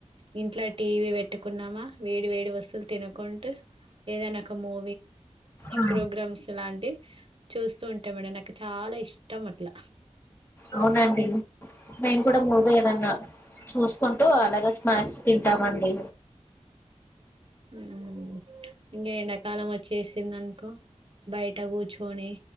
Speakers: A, on the right (about 50°); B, on the left (about 20°).
A: ఇంట్లో టీవి పెట్టి పెట్టుకున్నామా వేడి వేడి వస్తులు తినకుంటూ ఎదన ఒక మూ
B: ఆ
A: ప్రోగ్రామ్స్ లాంటి చూస్తూ ఉంటా మేడం నాకు చాలా ఇష్టం అట్లా
B: అవునండి మేము కూడా మూగ ఏదన్నా చూసుకుంటూ అలాగ స్నాక్స్ తింటామండి
A: ఉం ఇంగ ఎండాకాలం వచ్చేసింది అనుకో బయిట కూర్చోని